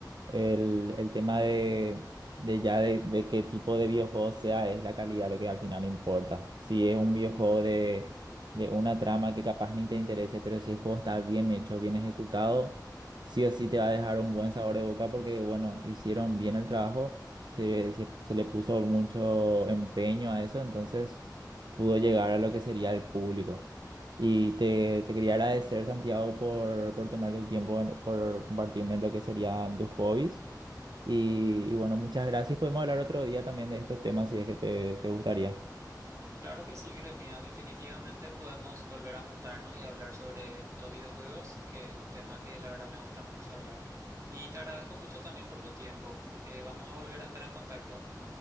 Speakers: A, on the right; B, on the right.
A: el, el tema de, de ya de, de qué tipo de videojuego sea es la calidad lo que al final importa. Si es un videojuego de, de una trama que capaz ni te interese, pero si el juego está bien hecho, bien ejecutado, sí o sí te va a dejar un buen sabor de boca porque, bueno, hicieron bien el trabajo, se, se, se le puso mucho empeño a eso, entonces pudo llegar a lo que sería el público. Y te, te quería agradecer, Santiago, por, por tomarte el tiempo, en- por compartirme lo que serían tus hobbies. Y, y bueno, muchas gracias. Podemos hablar otro día también de estos temas si es que te, te gustaría.
B: Claro que sí, Jeremías. Definitivamente podemos volver a juntarnos y hablar sobre los videojuegos, que es un tema que la verdad me gusta mucho hablar. Y te agradezco mucho también por tu tiempo. Eh, vamos a volver a estar en contacto.